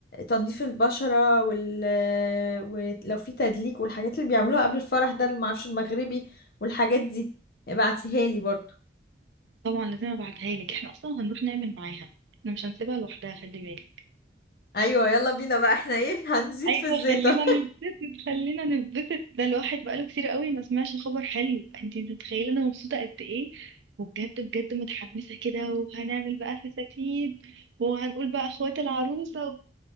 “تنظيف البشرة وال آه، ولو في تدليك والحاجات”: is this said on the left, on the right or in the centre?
Left